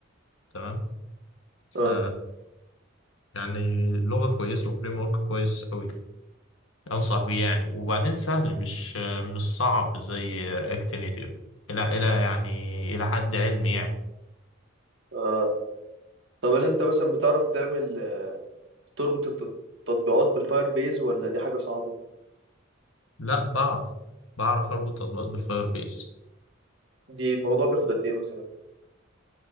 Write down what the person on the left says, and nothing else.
تمام ف
يعني لغة كويسة وفريم ورك كويس قوي انصح بيه يعني وبعدين سهل مش آه، مش صعب زي رياكت نيتيف الى الى يعني الى حد علمي يعني
لا بعرف بعرف اربط تطبيقات بالفاير بيس